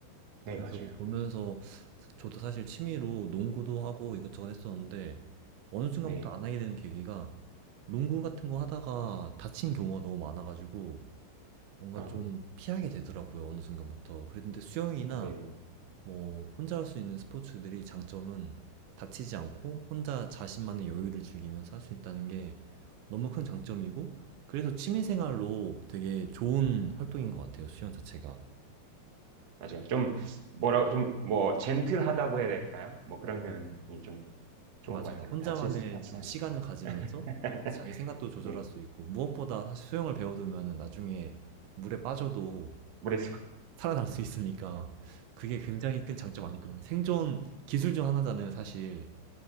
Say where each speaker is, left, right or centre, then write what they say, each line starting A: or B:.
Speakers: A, on the right; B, on the right.
A: 네
B: 그래서
A: 맞아요.
B: 그거 보면서 저도 사실 취미로 농구도 하고 이것저것 했었는데 어느 순간부터
A: 네,
B: 안 하게 되는 계기가 농구 같은 거 하다가 다친 경우가 너무 많아가지고 뭔가
A: 음,
B: 좀 피하게 되더라고요. 어느 순간부터. 그랬는데 수영이나
A: 네, 네.
B: 뭐 혼자 할 수 있는 스포츠들이 장점은 다치지 않고 혼자 자신만의 여유를 즐기면서 할 수 있다는 게 너무 큰 장점이고 그래서 취미생활로 되게 좋은
A: 네,
B: 활동인 것 같아요, 수영 자체가.
A: 맞아요. 좀 뭐라고 좀 뭐 젠틀하다고 해야 될까요? 뭐 그런 면이 좀 좋은
B: 맞아요.
A: 것 같아요.
B: 혼자만의
A: 다칠 수 다치지
B: 좀
A: 않는.
B: 시간을 가지면서
A: <laughs>
B: 또 자기 생각도 조절할
A: 네,
B: 수 있고 무엇보다 사실 수영을 배워두면 나중에 물에 빠져도
A: 모르겠어요.
B: 살아날 수 있으니까 그게 굉장히 큰 장점 아닐까요? 생존 기술 중 하나잖아요, 사실.